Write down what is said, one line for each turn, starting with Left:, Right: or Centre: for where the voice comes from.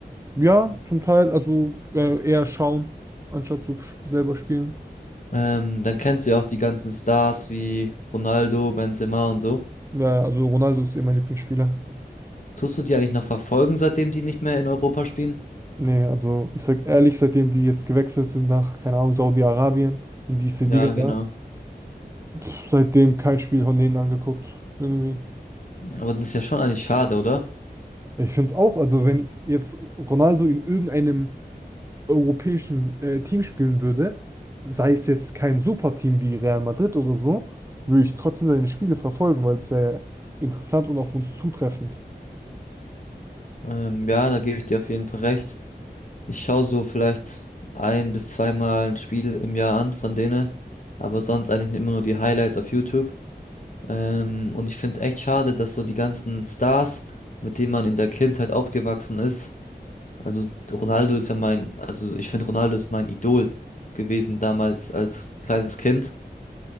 Right: Ja, zum Teil, also äh, eher schauen, anstatt zu sch- selber spielen.
Left: Ähm, dann kennst du ja auch die ganzen Stars wie Ronaldo, Benzema und so.
Right: Ja, ja, also Ronaldo ist eh mein Lieblingsspieler.
Left: Tust du die eigentlich noch verfolgen, seitdem die nicht mehr in Europa spielen?
Right: Nee, also ich sag ehrlich, seitdem die jetzt gewechselt sind nach, keine Ahnung, Saudi-Arabien, in diese
Left: Ja,
Right: Liga
Left: genau.
Right: da, pff, seitdem kein Spiel von denen angeguckt, irgendwie.
Left: Aber das ist ja schon eigentlich schade, oder?
Right: Ich find's auch, also wenn jetzt Ronaldo in irgendeinem europäischen äh, Team spielen würde, sei es jetzt kein Superteam wie Real Madrid oder so, würde ich trotzdem seine Spiele verfolgen, weil es wäre interessant und auf uns zutreffend.
Left: Ähm, ja, da gebe ich dir auf jeden Fall recht. Ich schaue so vielleicht ein bis zweimal ein Spiel im Jahr an von denen, aber sonst eigentlich immer nur die Highlights auf YouTube. Ähm, und ich finde es echt schade, dass so die ganzen Stars, mit denen man in der Kindheit aufgewachsen ist, also Ronaldo ist ja mein, also ich finde Ronaldo ist mein Idol gewesen damals als kleines Kind.